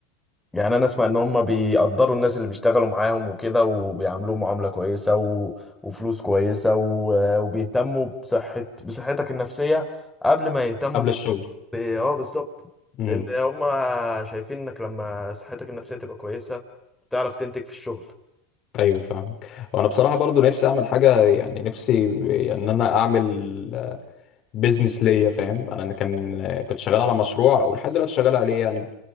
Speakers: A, in the centre; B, on the left (about 40°).
A: يعني أنا أسمع إن هم بيقدروا الناس اللي بيشتغلوا معاهم وكده وبيعاملوهم معاملة كويسة و... وفلوس كويسة و... وبيهتموا بصحة بصحتك النفسية قبل ما يهتموا
B: قبل
A: أنت
B: الشغل
A: ب- أه بالظبط
B: امم
A: لأن هم شايفين إنك لما صحتك النفسية تبقى كويسة تعرف تنتج في الشغل
B: ايوه فاهمك وانا بصراحه برضو نفسي اعمل حاجه يعني نفسي يعني ان انا اعمل بيزنس ليا فاهم انا أنا كان كنت شغال على مشروع ولحد دلوقتي شغال عليه يعني